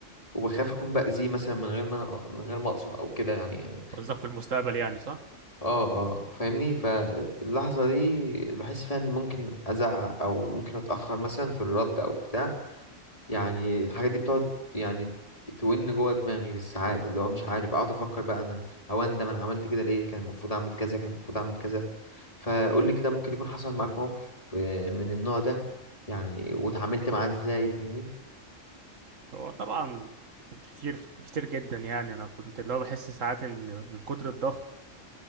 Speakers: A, on the left; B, on the right.
A: وبخاف اكون باذيه مثلا من غير ما انا من غير ما اقصد او كده يعني
B: قصدك في المستقبل يعني صح؟
A: اه اه فاهمني فاللحظه
B: مم.
A: دي بحس فيها ان ممكن ازعق او ممكن اتاخر مثلا في الرد او بتاع يعني
B: مم.
A: الحاجات دي بتقعد يعني ت- تون جوه دماغي بالساعات اللي هو مش عارف اقعد افكر بقى انا او اندم انا عملت كده ليه كان المفروض اعمل كذا كان المفروض اعمل كذا فقول
B: مم.
A: لي كده ممكن يكون حصل معاك موقف آه، من النوع ده يعني واتعاملت معاه ازاي فاهمني
B: هو طبعا كتير كتير جدا يعني انا كنت اللي هو بحس ساعات ان من كتر الضغط